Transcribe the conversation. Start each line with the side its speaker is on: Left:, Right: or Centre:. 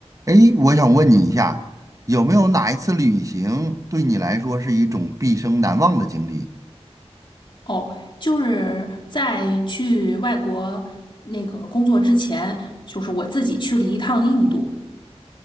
Right: 诶，我想问你一下，有没有哪一次旅行对你来说是一种毕生难忘的经历？
Left: 哦，就是在去外国那个工作之前，就是我自己去了一趟印度。